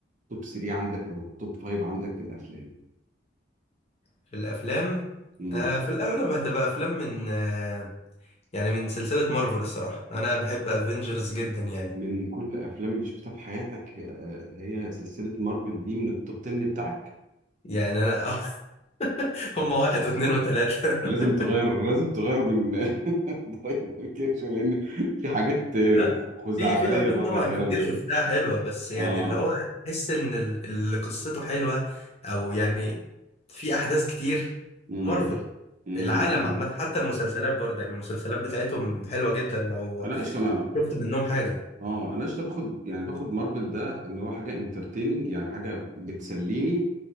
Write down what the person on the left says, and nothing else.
في الافلام
آه في الاغلب هتبقى افلام من آه يعني من سلسله مارفل الصراحه انا بحب افنجرز جدا يعني
يعني انا <laughs> هم واحد واثنين وثلاثه
<laughs>
لا
في في افلام
طبعا
كتير
شفتها حلوه بس يعني
اللي هو بحس ان ال- اللي قصته حلوه او يعني في احداث كتير
مارفل
العالم
عامه حتى المسلسلات برضه يعني المسلسلات بتاعتهم حلوه جدا لو
شفت منهم حاجه